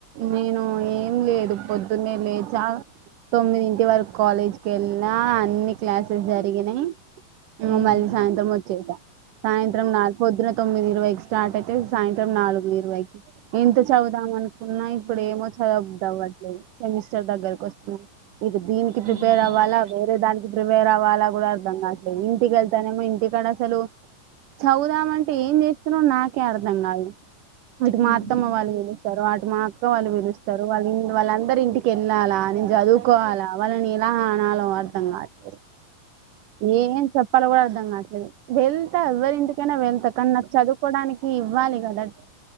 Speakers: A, on the right (about 70°); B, on the right (about 45°).
A: నేను ఏం లేదు పొద్దున్నే లేచా తొమ్మిదిన్ ఇటి వరకు కాలేజ్ క వెళ్ిన అన్ని క్లాసెస్ జరిగినాయి
B: మ్మ్
A: మళ్ళీ సాయంత్రం వచ్చేసా సాయంత్రం నాలు పొద్దున తొమ్మిది ఇరవై స్టార్ట్ అయితే సాయంత్రం నాలుగు ఎంత చదుదాం అనుకున్నా ఇప్పుడు ఏమో చదవబుద్దిఅవ్వట్లేదు సెమిస్టర్ దగ్గరకి వస్తుంది ఇటు దీనికి
B: మ్మ్
A: ప్రిపేర్ అవ్వాలా వేరే దానికి ప్రిపేర్ అవ్వాలా కూడా అర్ధం కావట్లేదు ఇంటికి వెళ్తానేమో ఇంటికాడ హలో చదువుదామంటే ఏం చేస్తున్నో నాకే అర్థం కాదు. అటు
B: హ్మ్
A: మా అత్తమ్మ
B: మ్మ్
A: వాళ్ళు పిలుస్తారు అటు మా అక్క వాళ్ళు పిలుస్తారు వాళ్లి వాళ్ళన్ అందరు ఇంటికి వెళ్ళాలా నేను చదువుకోవాలా వాళ్ళని ఆ అనాలో అర్థం కాట్లే దు ఏం చెప్పాలో కూడా అర్ధం కాట్లేదు వెళ్తా ఎవరి ఇంటికైనా వెళ్తా కానీ నాకు చదువుకోవడానికి ఇవ్వాలి కదా